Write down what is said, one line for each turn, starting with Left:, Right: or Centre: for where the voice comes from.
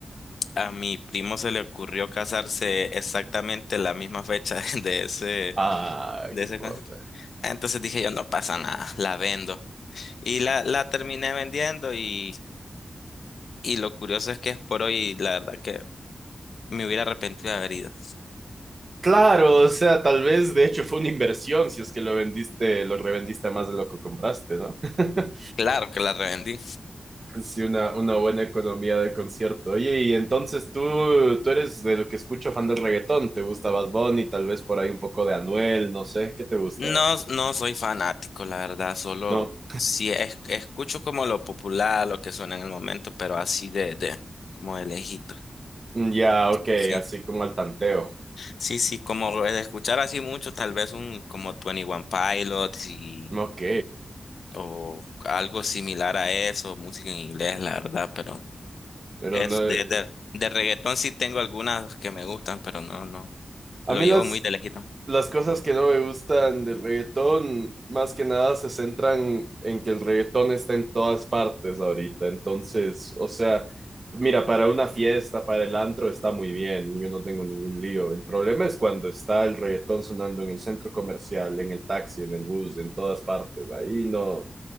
Left: a mi primo se le ocurrió casarse exactamente la misma fecha <laughs> de ese,
Right: Ay,
Left: de ese
Right: porra.
Left: concierto. Entonces dije yo, no pasa nada, la vendo. Y la, la terminé vendiendo y, y lo curioso es que es por hoy, y la verdad que me hubiera arrepentido de haber ido.
Right: Claro, o sea, tal vez de hecho fue una inversión si es que lo vendiste, lo revendiste más de lo que compraste, ¿no? <laughs>
Left: Claro que la revendí.
Right: Sí, una, una buena economía de concierto. Oye, y entonces tú, tú eres de lo que escucho fan del reggaetón, ¿te gusta Bad Bunny? Tal vez por ahí un poco de Anuel, no sé, ¿qué te gusta?
Left: No, no soy fanático, la verdad, solo
Right: No.
Left: si es- escucho como lo popular, lo que suena en el momento, pero así de, de, como de lejito.
Right: Mm, Ya, ok,
Left: Sí,
Right: así como al tanteo.
Left: sí, sí, como lo de escuchar así mucho, tal vez un como Twenty One Pilots y,
Right: Ok,
Left: o algo similar a eso, música en inglés, la verdad, pero
Right: pero
Left: es
Right: no, eh,
Left: de, de, de reggaetón sí tengo algunas que me gustan, pero no, no,
Right: A
Left: lo
Right: mí
Left: llevo
Right: las,
Left: muy de lejito.
Right: las cosas que no me gustan del reggaetón, más que nada se centran en que el reggaetón está en todas partes ahorita. Entonces, o sea, mira, para una fiesta, para el antro está muy bien, yo no tengo ningún lío. El problema es cuando está el reggaetón sonando en el centro comercial, en el taxi, en el bus, en todas partes. Ahí no,